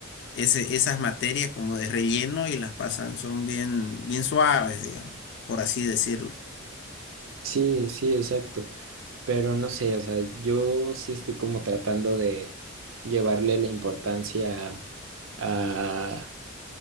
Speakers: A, on the left; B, on the right.
A: ese, esas materias como de relleno y las pasan, son bien, bien suaves, digamos, por así decirlo.
B: Sí, sí, exacto. Pero no sé, o sea, yo sí estoy como tratando de llevarle la importancia a,